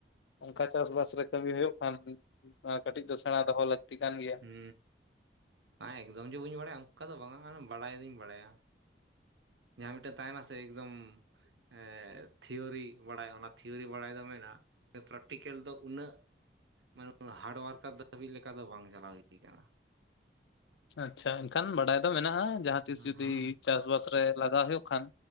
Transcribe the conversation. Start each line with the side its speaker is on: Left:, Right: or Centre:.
Left: ᱚᱝᱠᱟ ᱪᱟᱥᱵᱟᱥ ᱨᱮ ᱠᱟᱹᱢᱤ ᱦᱳᱭᱳᱜ ᱠᱷᱟᱱ᱾ ᱠᱟᱹᱴᱤᱡ ᱫᱚ ᱥᱮᱬᱟ ᱫᱚᱦᱚ ᱞᱟᱹᱠᱛᱤ ᱠᱟᱱ ᱜᱮᱭᱟ᱾
Right: ᱩ ᱟ ᱮᱠᱫᱚᱢ ᱡᱮ ᱵᱟᱹᱧ ᱵᱟᱲᱟᱭᱟ ᱚᱱᱠᱟ ᱫᱚ ᱵᱟᱝᱟ ᱵᱟᱲᱟᱭ ᱫᱩᱧ ᱵᱟᱲᱟᱭᱟ ᱾ ᱡᱟᱦᱟ ᱢᱤᱫᱴᱮᱱ ᱛᱟᱦᱮᱱᱟ ᱥᱮ ᱮᱠᱫᱚᱢ ᱮ ᱛᱷᱤᱭᱳᱨᱤ ᱵᱟᱲᱟᱭ ᱚᱱᱟ ᱛᱷᱤᱭᱳᱨᱤ ᱵᱟᱲᱟᱭ ᱫᱚ ᱢᱮᱱᱟᱜᱼᱟ᱾ ᱯᱨᱮᱠᱴᱤᱠᱮᱞ ᱫᱚ ᱩᱱᱟᱹᱜ ᱢᱟᱱᱮ ᱦᱟᱨᱰ ᱣᱟᱨᱠ ᱠᱟᱹᱵᱤ ᱞᱮᱠᱟ ᱫᱚ ᱵᱟᱝ ᱪᱟᱞᱟᱣ ᱦᱳᱭ ᱠᱟᱱᱟ ᱾
Left: ᱟᱪᱪᱷᱟ ᱮᱱᱠᱷᱟᱱ ᱵᱟᱰᱟᱭ ᱫᱚ ᱢᱮᱱᱟᱜᱼᱟ ᱡᱟᱦᱟᱸ ᱛᱤᱥ
Right: ᱦᱚᱸ
Left: ᱡᱩᱫᱤ ᱪᱟᱥᱵᱟᱥ ᱨᱮ ᱞᱟᱜᱟᱣ ᱦᱳᱭᱳᱜ ᱠᱷᱟᱱ